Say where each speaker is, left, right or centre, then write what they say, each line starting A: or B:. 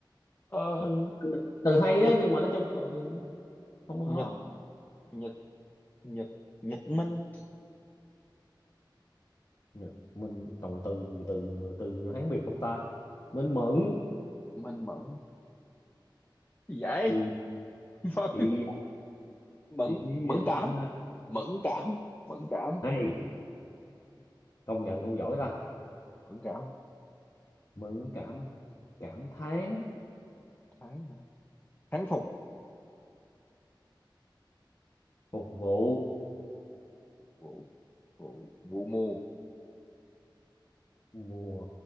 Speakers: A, on the left; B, on the left.
A: ờ,
B: ừ. từ hay
A: Nhật
B: á nhưng mà nói chung là không có
A: Nhật
B: khó
A: Nhật Nhật Nhật Minh
B: Nhật mình toàn từ từ từ Hán Việt không ta mình mẫn
A: Minh Mẫn gì vậy
B: ý,
A: <laughs> Mẫn
B: ý
A: Mẫn
B: Thì
A: Mẫn
B: vậy
A: cảm
B: đó.
A: Mẫn cảm Mẫn cảm
B: hay công nhận ông giỏi ta
A: Mẫn cảm
B: mẫn cảm cảm thán
A: tháng hả? tháng phục
B: phục vụ
A: vụ vụ vụ mùa
B: mùa